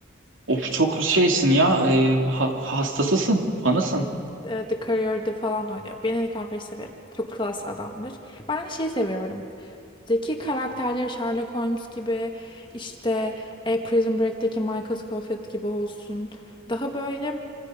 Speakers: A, on the right; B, on the left.
A: Of çok şeysin ya. E, ha- hastasısın. Fanısın.
B: Evet, e, The Courier'de falan oynuyor. Benedict Cumberbatch'i severim. Çok klas adamdır. Ben hani şey seviyorum. Zeki karakterleri Sherlock Holmes gibi işte e, Prison Break'teki Michael Scofield gibi olsun. Daha böyle